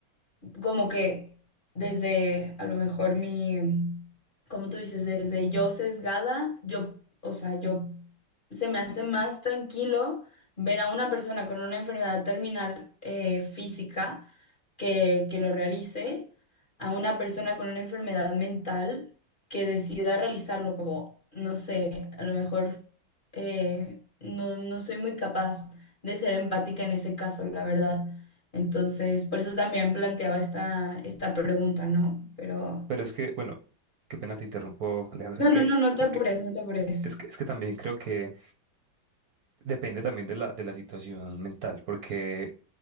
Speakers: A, on the left; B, on the right.
A: como que desde a lo mejor mi, como tú dices, desde yo sesgada, yo, o sea, yo se me hace más tranquilo ver a una persona con una enfermedad terminal eh, física que, que lo realice, a una persona con una enfermedad mental que decida realizarlo, como, no sé, a lo mejor eh, no, no soy muy capaz de ser empática en ese caso, la verdad. Entonces, por eso también planteaba esta, esta pregunta, ¿no? Pero
B: Pero es que, bueno, qué pena te interrumpo, Alejandra.
A: no,
B: Es que,
A: no, no, no te
B: es
A: apures,
B: que,
A: no te apures.
B: es que, es que también creo que depende también de la, de la situación mental, porque